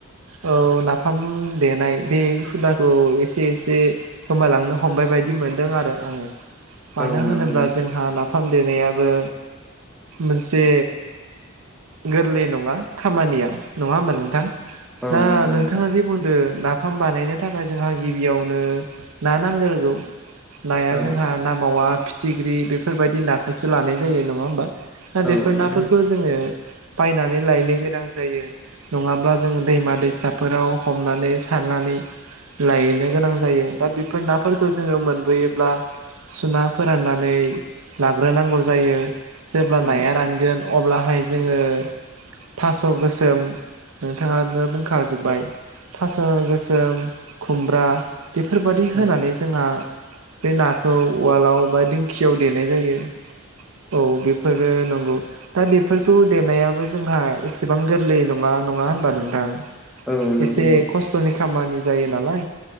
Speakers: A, on the right (about 85°); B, in the centre.
A: औ नाफाम देनाय बे हुदाखौ एसे एसे गोमायालांनो हमबाय बायदि मोनदों आरो आङो मानो
B: औ
A: होनोब्ला
B: नंगौ नोंथां
A: जोंहा ना फाम देनायाबो मोनसे गोरलै नङा खामानिया नङा होमबा नोंथां
B: औ
A: दा
B: नंगौ
A: नोंथाङा
B: नोंथां
A: जे बुंदों ना फाम बानायनो थाखाय जोंहा गिबियावनो ना नांग्रोगौ नाया
B: औ
A: जोंहा ना मावा फिथिख्रि बेफोरबायदि नाखौसो लानाय जायो नङा होमबा दा
B: औ
A: बेफोर
B: नंगौ
A: नाफोरखौ जोङो बायनानै लायनो गो नां जायो नङाब्ला जोङो दैमा दैसाफोराव हमनानै सारनानै लायनो गोनां जायो दा बेफोर नाफोरखौ जोङो मोनबोयोब्ला सुना फोराननानै लाग्रोनांगौ जायो जेब्ला
B: औ
A: नाया रानगोन अब्लाहाय जोङो थास गोसोम नोंथाङानो बुंखाजोब्बाय थास गोसोम खुमब्रा बेफोरबायदि होनानै
B: औ
A: जोंहा बे नाखौ उवालाव बा दिंखियाव देनाय जायो। औ बेफोरो नंगौ। दा बेफोरखौ देनायाबो जोंहा एसेबां गोरलै नङा नङा होनोमबा नोंथां
B: औ नंगौ
A: एसे
B: नोंथां
A: खस्थनि खामानि जायो नालाय